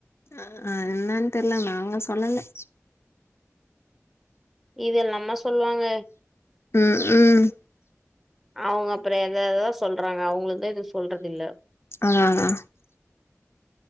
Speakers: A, on the left; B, in the centre.
A: அ அ என்னனு தெரில நாங்க சொல்லல
B: இதெல்லாமா சொல்லுவாங்க
A: ம், ம்
B: அவுங்க அப்பறோ ஏதேதோ சொல்றாங்க அவுங்கதா எது சொல்றது இல்ல
A: ஆ